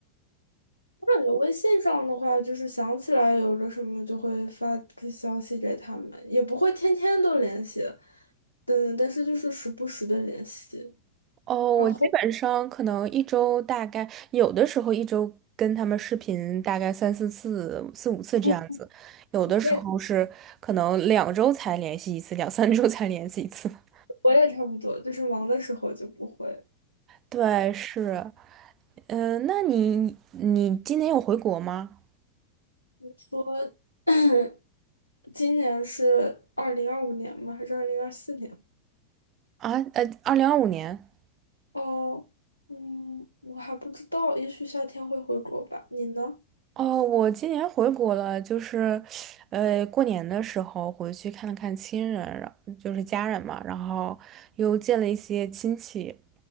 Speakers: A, on the left; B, on the right.
A: 我感觉微信上的话，就是想起来有个什么就会发个消息给他们，也不会天天都联系，嗯，但是就是时不时的联系。
B: 哦，
A: 然后。
B: 我基本上可能一周大概有的时候一周跟他们视频大概三四次、四五次这样子，
A: 哦
B: 有的时候是可能两周才联系一次，
A: 我也
B: 两三周才联系一次。<laughs>
A: 我也差不多，就是忙的时候就不会
B: 对，是，嗯、那你你今年有回国吗？
A: 说。<clears throat> 今年是二零二五年吗？还是二零二四年？
B: 啊，呃，二零二五年。
A: 哦，嗯，我还不知道，也许夏天会回国吧。你呢？
B: 哦，我今年回国了，就是，呃，过年的时候回去看了看亲人，然就是家人嘛，然后又见了一些亲戚。